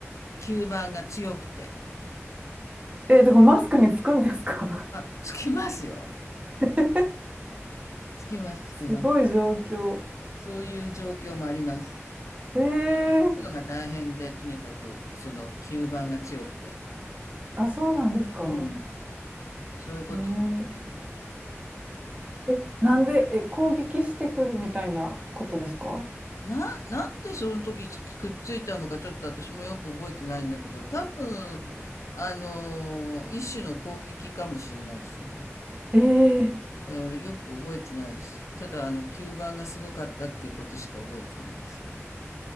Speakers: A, on the left; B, on the right.
A: 吸盤が強くて。
B: え、で、これマスクにつくんですか
A: あ、つきますよ。
B: <laughs>
A: つきます、つきます。
B: すごい状況。
A: そういう状況もあります。
B: ええ
A: 取るのが大変で、とにかく、その吸盤が強くて。
B: あ、そうなんですか。
A: うん。そういうこともあります。
B: えええ、なんで、え、攻撃してくるみたいなことですか
A: な、なんでその時つくっついたのかちょっと私もよく覚えてないんだけど、多分、あのー一種の攻撃かもしれないですね。
B: ええ
A: いや、よく覚えてないです。ただ、あの、吸盤がすごかったっていうことしか覚えてないです。